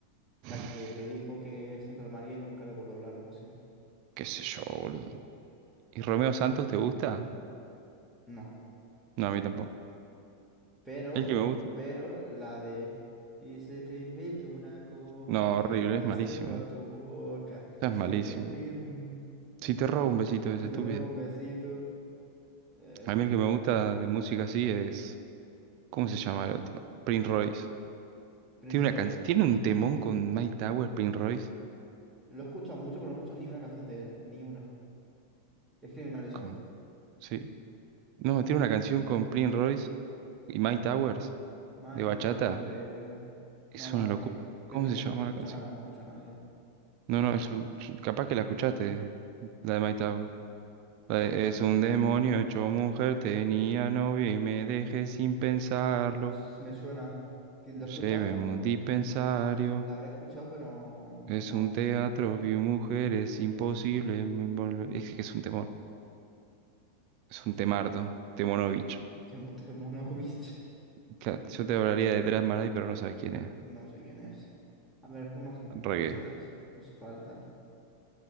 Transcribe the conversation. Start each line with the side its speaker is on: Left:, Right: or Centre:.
Right: <laughs>
Centre: la que le dijo que siempre al maría y nunca le volvió a hablar o algo así.
Right: Qué sé yo, boludo. ¿Y Romeo Santos te gusta?
Centre: No.
Right: No, a mí tampoco.
Centre: Pero,
Right: ¿El que me gusta?
Centre: pero la de Y si te invito una copa
Right: No, horrible,
Centre: y me acerco
Right: es malísimo.
Centre: a tu boca,
Right: Ya
Centre: si
Right: es malísimo.
Centre: te pido un besito,
Right: Si te robo un besito es
Centre: si
Right: estúpido.
Centre: te robo un besito, eh,
Right: A mí el que me gusta de música así es... ¿Cómo se llama el otro? Prince Royce.
Centre: Prince
Right: Tiene una
Centre: Royce.
Right: can... ¿Tiene un temón con Mike Towers, Prince Royce?
Centre: Lo he escuchado mucho, pero no he escuchado ni una canción de él, ni una. ¿Es criminal eso?
Right: ¿Cómo? Sí. No, tiene una canción con Prince Royce y Mike Towers.
Centre: My
Right: de bachata.
Centre: Towers, baby.
Right: Es
Centre: No, no,
Right: una locura.
Centre: no, que.
Right: ¿Cómo
Centre: Pero es
Right: se llama
Centre: que no me he escuchado
Right: la canción?
Centre: nada, no me he escuchado nada yo.
Right: No, no, es un... Capaz que la escuchaste, la de Mike Tower. La de, es un demonio hecho mujer, tenía novia y me dejé sin pensarlo.
Centre: Pues me suena. que Lo he escuchado,
Right: Lléveme a un dispensario.
Centre: la habré escuchado, pero
Right: Es
Centre: no.
Right: un teatro, vi mujeres, imposible. me envolver- Es que es un temor. Es
Centre: Pues
Right: un temardo. Temonovich.
Centre: <laughs> Temo, Temo no, viste.
Right: Claro, yo te hablaría de Drat Marai, pero no sabes quién es.
Centre: No sé quién es. A ver, ¿qué más artistas
Right: Reggae.
Centre: nos faltan?